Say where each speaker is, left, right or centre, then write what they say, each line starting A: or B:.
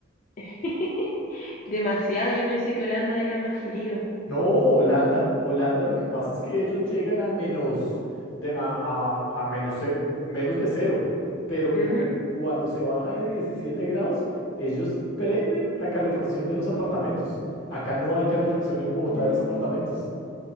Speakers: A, on the left (about 45°); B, on the left (about 75°).
A: <laughs> Demasiado, yo pensé que Holanda era más frío.
B: No, Holanda, Holanda lo que pasa es que ellos llegan a menos de, a, a- a menos, ce- menos de cero, pero
A: Ujú.
B: como cuando se baja de 17 grados, ellos prenden la calefacción de los apartamentos. Acá no hay calefacción en Bogotá
A: Mm.
B: de los apartamentos,